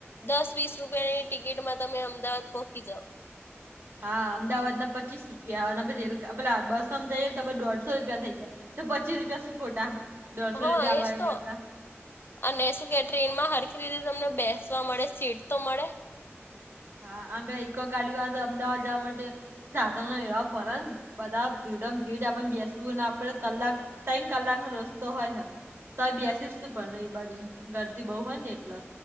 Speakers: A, on the left; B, on the right.
A: દસ વીસ રૂપિયાની ટિકિટમાં તમે અમદાવાદ પૌકી જાઓ.
B: હા અમદાવાદ ના પચીસ રૂપિયા અને પી રેલ પે બસ અમ જઈએ ને તો દોઢ સો રૂપિયા થઈ જાય તો પચીસ રૂપિયા શુ ખોટા દોઢસો
A: હા
B: રૂપિયા હલવામ
A: એજ
B: એન
A: તો
B: કરતા.
A: અને શું કે ટ્રેન માં હરખી રીતે તમને બેસવા મળે સીટ તો મળે.
B: હા આમ ભ ઈકો ગાડી વા અમદાવાદ જવા માટે સાધનો ન એવવાહ ફર બધા ભીડ મ ભીડ આપને બેસવું અને આપડે કલાક તઇણ કલાકનો રસ્તો હોય હ. તોય બેસીશ શું પણ ને એ બાજુ ગરદી બઉુ હોય ને એટલે